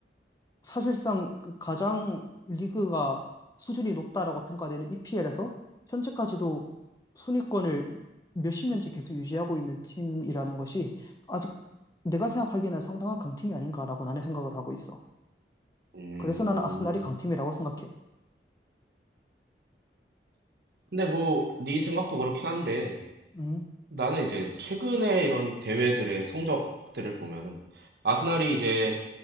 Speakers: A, on the left; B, on the right.
A: 사실상 가장 리그가 수준이 높다라고 평가되는 EPL에서 현재까지도 순위권을 몇십 년째 계속 유지하고 있는 팀이라는 것이 아직 내가 생각하기에는 상당한 강팀이 아닌가라고 나는 생각을 하고 있어.
B: 음.
A: 그래서 나는 아스날이 강팀이라고 생각해.
B: 근데 뭐, 네 생각도 그렇긴 한데,
A: 음,
B: 나는 이제 최근에 이런 대회들의 성적들을 보면은, 아스날이 이제